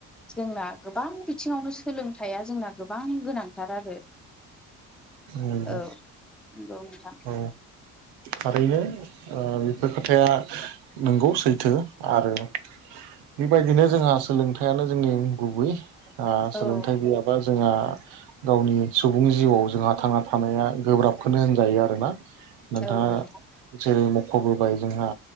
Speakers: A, in the centre; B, on the right.
A: जोंना गोबां बिथिङावनो सो। सोलोंथाइया जोंना गोबां गोनांथार आरो।
B: नंगौ
A: औ नोंथां।
B: औ थारैनो बेफोर ओ खोथाया नंगौ सैथो। आरो बेबायदिनो जोंहा सोलोंथायाइयानो जोंनि गुबै। ओ सोलोंथाइ
A: औ
B: गैयाबा जोंहा गावनि सुबुं जिउआव जोंहा थांना था। थानाया गोब्राबखौनो होनजायो आरोना नोंथाङा
A: औ नोंथां
B: जेरै मख'बोबाय। जोंहा